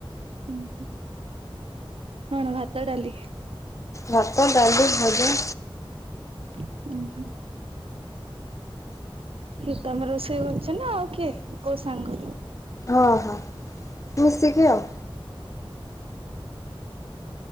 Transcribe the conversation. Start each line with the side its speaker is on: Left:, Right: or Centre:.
Right: ଉହୁଁ କଣ ଭାତ, ଡାଲି?
Left: ଭାତ, ଡାଲି, ଭଜା।
Right: ଉଁ ହୁଁ ହେ ତମେ ରୋଷେଇ କରୁଛ ନା ଆଉ କିଏ କୋଉ ସାଙ୍ଗ?
Left: ହଁ, ହଁ ମିଶିକି ଆଉ।